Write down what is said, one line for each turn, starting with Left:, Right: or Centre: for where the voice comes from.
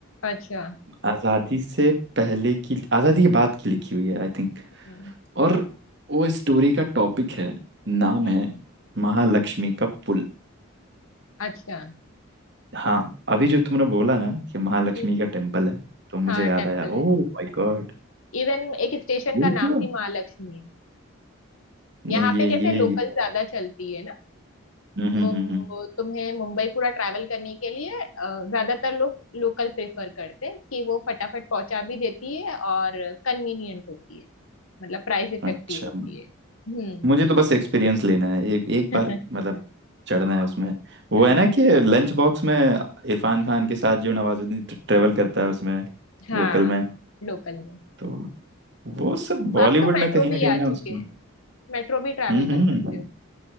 Left: अच्छा
Right: आज़ादी से पहले की आज़ादी के बाद की लिखी हुई है आई थिंक
Left: हम्म
Right: और वो स्टोरी का टॉपिक है नाम
Left: हम्म,
Right: है महालक्ष्मी का पुल
Left: अच्छा
Right: हाँ अभी जो तुमने बोला ना कि महालक्ष्मी
Left: हम्म
Right: का टेम्पल है तो मुझे
Left: हाँ
Right: याद
Left: टेम्पल
Right: आया ओह
Left: है
Right: माय गॉड
Left: इवन एक स्टेशन
Right: ये
Left: का नाम
Right: तो
Left: भी महालक्ष्मी है
Right: नहीं
Left: यहाँ
Right: ये
Left: पे कैसे
Right: ये
Left: लोकल
Right: ये
Left: ज्यादा चलती है ना
Right: हम्म
Left: तो
Right: हम्म हम्म हम्म।
Left: तुम्हें मुंबई पूरा ट्रैवल करने के लिए अ, ज्यादातर लोग लोकल प्रेफर करते हैं कि वो फटाफट पहुंचा भी देती है और कन्वीनियंट होती है मतलब प्राइस इफेक्टिव
Right: अच्छा
Left: होती है हम्म
Right: मुझे तो बस एक्सपीरियंस लेना है एक एक
Left: <laughs>
Right: बार मतलब चढ़ना है उसमें वो
Left: हाँ
Right: है ना कि लंच बॉक्स में इरफान खान के साथ जो नवाजुद्दीन ट्रेवल करता है उसमें
Left: हाँ
Right: लोकल में
Left: लोकल में
Right: तो वो सब बॉलीवुड
Left: अब तो मेट्रो
Right: ना कहीं
Left: भी
Right: ना कहीं
Left: आ
Right: ना
Left: चुके
Right: उसको
Left: हैं मेट्रो भी ट्रैवल
Right: हम्म
Left: कर सकते
Right: हम्म
Left: हो